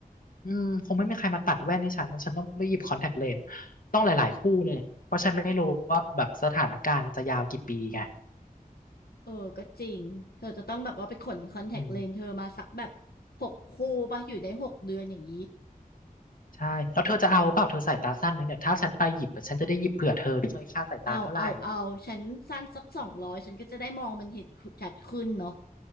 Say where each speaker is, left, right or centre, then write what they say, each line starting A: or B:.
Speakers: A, on the left; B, on the left.
A: อืมคงไม่มีใครมาตัดแว่นให้ฉัน ฉันต้องไปหยิบคอนแทคเลนส์ต้องหลายๆคู่เลยเพราะฉันไม่รู้ว่าแบบสถานการณ์มันจะยาวกี่ปีไง
B: เออก็จริงเธอจะต้องแบบว่าไปขนคอนแทคเลนส์เธอมาสักแบบ
A: อืม
B: หกคู่ปะอยู่ได้หกเดือนอย่างนี้
A: ใช่แล้วเธอจะเอาเปล่าเธอสายตาสั้นไหมเนี่ยถ้าฉันไปหยิบอะฉันจะได้หยิบเผื่อเธอด้วยค่าสายตาเท่าไหร่
B: เอาเอาเอาฉันสั้นสักสองร้อยฉันก็จะได้มองมันเห็นชัดขึ้นเนาะ